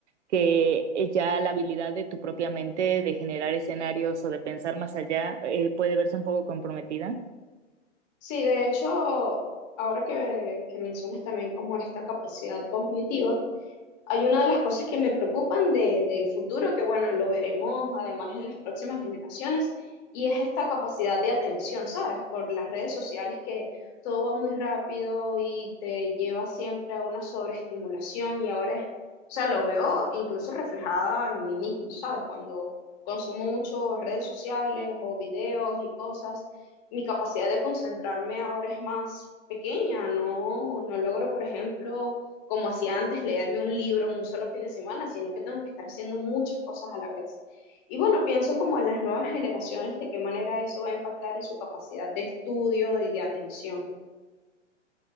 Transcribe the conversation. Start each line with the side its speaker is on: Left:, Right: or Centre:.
Right: que eh, ya la habilidad de tu propia mente de generar escenarios o de pensar más allá eh, puede verse un poco comprometida.
Left: Sí, de hecho, ahora que, que mencionas también como esta capacidad cognitiva, hay una de las cosas que me preocupan de- del futuro, que bueno, lo veremos además en las próximas generaciones, y es esta capacidad de atención, ¿sabes? Por las redes sociales que todo va muy rápido y te lleva siempre a una sobreestimulación y ahora es, o sea, lo veo incluso reflejada en mí mismo, ¿sabes? Cuando consumo mucho redes sociales o videos y cosas, mi capacidad de concentrarme ahora es más pequeña, no, no logro, por ejemplo, como hacía antes, leerme un libro en un solo fin de semana, sino que tengo que estar haciendo muchas cosas a la vez. Y bueno, pienso como en las nuevas generaciones, de qué manera eso va a impactar en su capacidad de estudio y de atención.